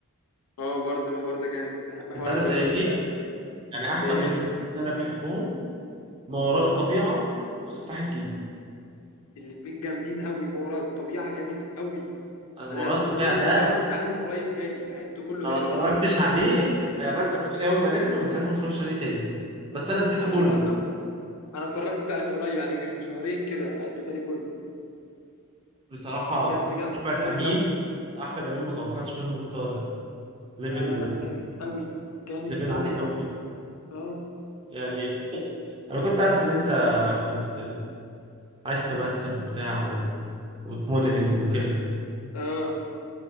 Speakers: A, on the left (about 80°); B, on the right (about 25°).
A: اه برضه الحوار ده جامد بحب حوار
B: انت عارف
A: الجرايم
B: زي ايه
A: ده
B: يعني احسن
A: زي ايه
B: مسلسلين انا بحبهم ما وراء الطبيعه وسفاح الجيزه
A: الاتنين جامدين قوي ما وراء الطبيعه جامد قوي
B: أنا ما
A: انا
B: وراء الطبيعه
A: كنت لسه
B: ده
A: اتفرجت عليه من قريب تاني عدته كله
B: انا
A: تاني
B: ما اتفرجتش
A: من الاول
B: عليه يعني انا اتفرجت عليه اول ما نزل ومن ساعتها ما اتفرجتش عليه تاني بس انا نسيته
A: كان
B: كله
A: مرعب قوي انا اتفرجت عليه من قريب يعني من شهرين كده عدته تاني كله
B: بصراحه
A: بجد جا-
B: احمد
A: جامد
B: امين
A: قوي
B: احمد امين ما توقعتش منه المستوى ده ليفل
A: لا لا لا جامد قوي جامد
B: ليفل
A: قوي
B: عالي قوي
A: اه
B: يعني انا كنت عارف ان انت كنت عايز تمثل وبتاع و... وتموديلنج وكده
A: اه